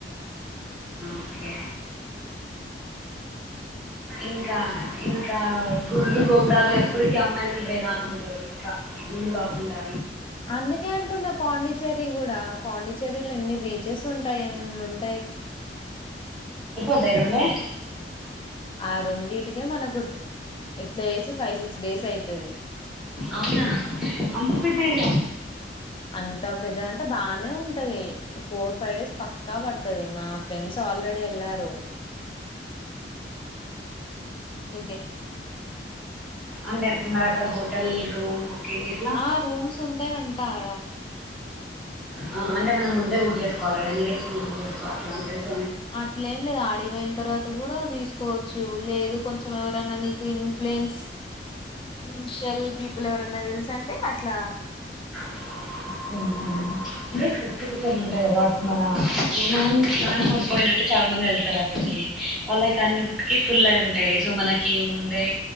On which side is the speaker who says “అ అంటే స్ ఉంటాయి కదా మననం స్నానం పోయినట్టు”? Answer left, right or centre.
Centre